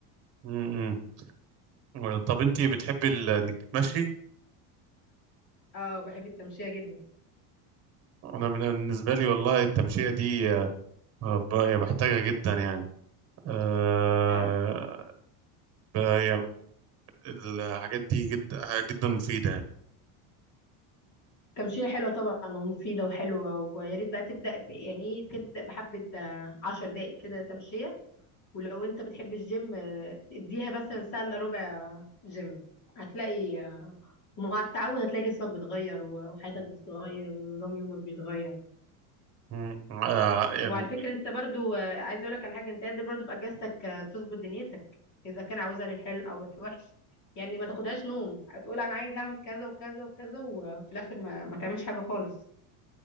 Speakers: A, on the right; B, on the left.
A: م -م. طب انتي بتحبي ال- انك تتمشي
B: اه بحب التمشيه جدا
A: انا من- بالنسبه لي والله التمشيه دي آه آه، ب- يعني بحتاجها جدا يعني آه
B: آه،
A: ب- يعني الحاجات دي جدا جدا مفيده يعني
B: تمشية حلوة طبعا ومفيدة وحلوة ويا ريت بقى تبدأ ب... يعني ايه تبدأ بحبة آه، عشر دقايق كده تمشية ولو انت بتحب الجيم آه، اديها مثلا ساعة الا ربع جيم هتلاقي آه، ومع التعود هتلاقي جسمك بيتغير و- وحياتك بتتغير ونظام يومك بيتغير
A: م- آه يعني
B: وعلى فكرة انت برضو آه، عايزة اقولك على حاجة انت قادر برضو في اجازتك آه، تظبط دنيتك اذا كان عاوزها للحلو او الوحش يعني ما تاخدهاش نوم هتقول انا عايز اعمل كذا وكذا وكذا وفي الاخر ما, ما تعملش حاجة خالص